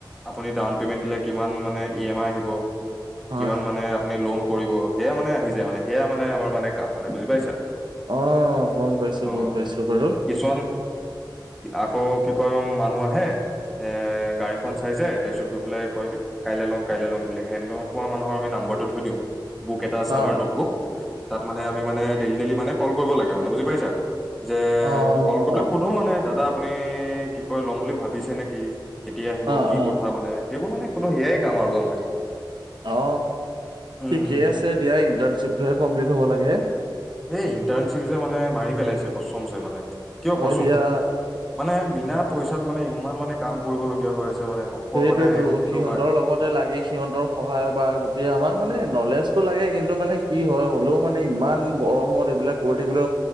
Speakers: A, in the centre; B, on the right.
A: আপুনি ডাউন পেমেণ্ট দিলে কিমান মানে ই এম আই আহিব
B: হয়
A: কিমান
B: হয়
A: মানে
B: হয়
A: আপুনি লোন কৰিব সেয়া মানে আহি যায় মানে সেয়া মানে আমাৰ মানে কাম মানে বুজি পাইছা
B: অ গম পাইছো
A: অ
B: গম পাইছো বাৰু।
A: কিছুমান আকৌ কি কয় মানুহ আহে এ গাড়ীখন চাই যাই তাৰ পিছত গৈ পেলাই কয় কি কাইলৈ ল'ম কাইলৈ ল'ম বুলি সেনেকা মানুহৰ আমি নাম মইটো থৈ দিওঁ বুক এটা আছে
B: অ
A: আমাৰ নতবুক তাত মানে আমি মানে ডেইলি ডলি মানে কল কৰিব লাগে মানে বুজি পাইছা যে
B: অ
A: কল কৰি পেলাই
B: অ
A: সোধো মানে দাদা আপুনি কি কয় লম বুলি ভাবিছে নেকি? কেতিয়া আহিব
B: অ', অ',
A: কি কথা মানে সেইবোৰ মানে কোনো সেয়াই কাম আৰু আমাৰ
B: অ
A: উম
B: ঠিকেই আছে দিয়া ইণ্টাৰ্ণশ্বিপ টোৱে কমপ্লিট হ'ব লাগে
A: এই ইণ্টাৰণশ্বিপ যে মানে মাৰি পেলাইছে কচমছে মানে কিয়
B: হয়
A: কোৱাচোন
B: দিয়া
A: মানে বিনা পইচাত মানে ইমান মানে কাম কৰিবলগীয়া হৈ আছে মানে অকল
B: সেইটোয়েতো
A: মানে এইটোৰ
B: সিহঁতৰ
A: কাৰণে
B: লগতে লাগে সিহঁতৰ সহায় বা গোটেই আমাক মানে নলেজতটো লাগে কিন্তু মানে কি হয় হলেও মানে ইমান গৰমত এইবিলাক কৰি থাকিলে